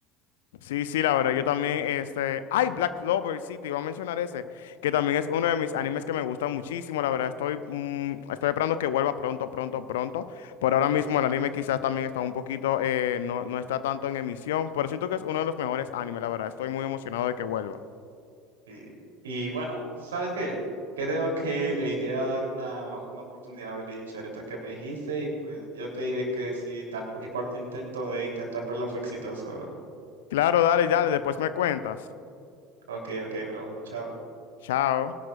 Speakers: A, on the left; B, on the right.
A: Sí, sí, la verdad, yo también, este, ay, Black Clover, sí, te iba a mencionar ese, que también es uno de mis animes que me gusta muchísimo, la verdad, estoy, mm, estoy esperando que vuelva pronto, pronto, pronto, por ahora mismo el anime quizás también está un poquito, eh, no, no está tanto en emisión, pero siento que es uno de los mejores animes, la verdad, estoy muy emocionado de que vuelva.
B: Sí. Y bueno, ¿sabes qué? Creo que le iré a dar una, una oportunidad a Belichardeta que me dijiste y pues yo te diré que si tal vez mi cuarto intento de intentar verlo fue exitoso, bro.
A: Claro, dale, dale, después me cuentas.
B: Ok, ok, bro. Chao.
A: Chao.